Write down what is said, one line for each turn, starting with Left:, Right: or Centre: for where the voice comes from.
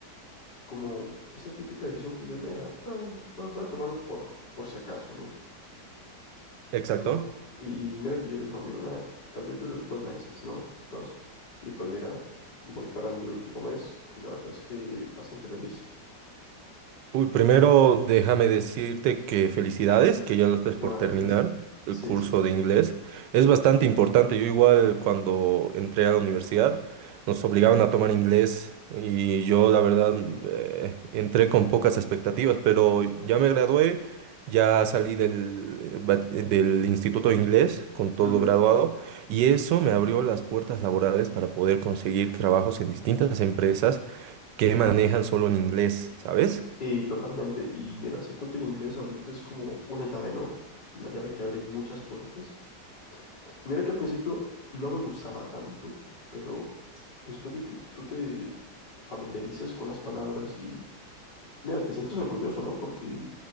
Left: como esa típica decisión que dices, mira, va, va- voy a tomarlo por, por si acaso, ¿no?
Right: Exacto.
Left: Pero, y, y mira que yo le dije amigo, nada, tal vez dure dos meses, ¿no? Dos. Y pues mira, voy para mi último mes y la verdad es que bastante feliz.
Right: Uy, primero déjame decirte que felicidades, que ya lo estás
Left: Muchísimas
Right: por terminar
Left: gracias.
Right: el
Left: Sí,
Right: curso
Left: sí.
Right: de inglés. Es bastante importante. Yo igual cuando entré a la universidad nos obligaban a tomar inglés y yo la verdad eh, entré con pocas expectativas, pero ya me gradué, ya salí del, eh, bat- del Instituto de Inglés con todo
Left: Ujú.
Right: graduado y eso me abrió las puertas laborales para poder conseguir trabajos en distintas empresas que manejan solo en inglés, ¿sabes?
Left: Sí, totalmente. Y mira, siento que el inglés ahorita es como una llave, ¿no? Una llave que abre muchas puertas. Mira que al principio no me gustaba tanto, pero después de que tú te familiarizas con las palabras y, mira, te sientes orgulloso, ¿no? Porque